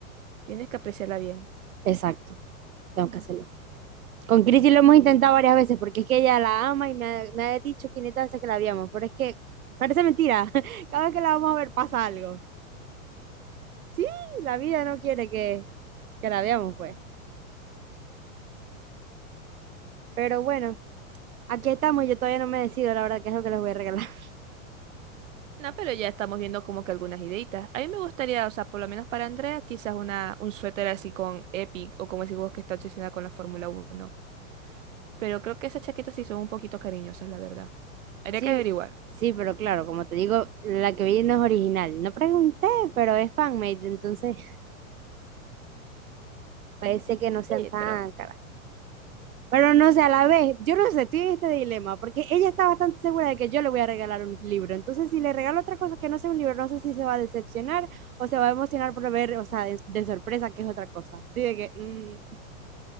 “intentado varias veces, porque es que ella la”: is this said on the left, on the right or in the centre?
Right